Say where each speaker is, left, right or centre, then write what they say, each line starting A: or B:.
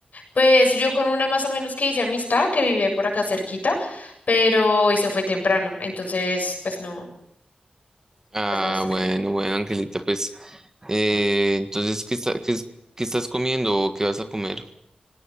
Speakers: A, on the left (about 70°); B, on the right (about 20°).
A: Pues yo con una más o menos que hice amistad, que vive por acá cerquita, pero y se fue temprano, entonces pues no,
B: Ah,
A: pues no sé qué.
B: bueno, bueno, Angelita, pues eh, entonces, ¿qué está- qué es- qué estás comiendo o qué vas a comer?